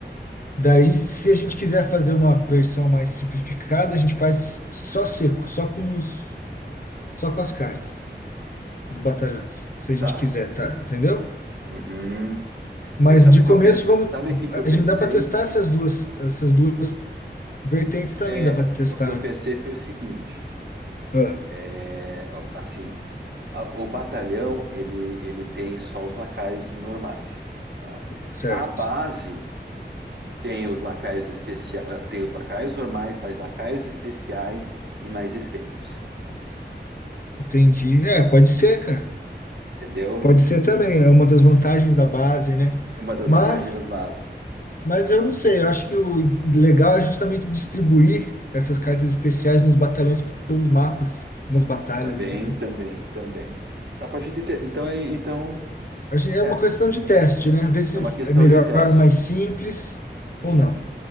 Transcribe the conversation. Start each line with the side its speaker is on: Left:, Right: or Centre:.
Left: Daí, se a gente quiser fazer uma versão mais simplificada, a gente faz só seco, só com os, só com as cartas, os batalhões. Se a gente
Right: Tá.
Left: quiser, tá? Entendeu?
Right: Uhum.
Left: Mas
Right: Eu, sabe
Left: de
Right: o que
Left: começo
Right: eu pensei,
Left: vamos,
Right: sabe o que que eu
Left: a
Right: pensei?
Left: gente dá para testar essas duas, essas duas vertentes também
Right: É,
Left: dá para testar,
Right: é, o que eu pensei
Left: né?
Right: foi o seguinte,
Left: Ah,
Right: é, assim, a- o batalhão ele, ele tem só os lacaios normais, tá?
Left: certo.
Right: A base tem os lacaios especiais, tem os lacaios normais, mais lacaios especiais e mais efeitos,
Left: Entendi. É, pode ser, cara.
Right: entendeu?
Left: Pode ser também, é uma das vantagens da base, né?
Right: Uma das
Left: Mas,
Right: vantagens das bases,
Left: mas
Right: da
Left: eu
Right: base.
Left: não sei, eu acho que o legal é justamente distribuir essas cartas especiais nos batalhões pelos mapas, nas batalhas,
Right: Também,
Left: entendeu?
Right: também, também. A partir de te- então é, então
Left: A gente- É
Right: é,
Left: uma questão de teste, né? Ver se
Right: é uma questão
Left: é melhor,
Right: de teste.
Left: mais simples
Right: Sim,
Left: ou não,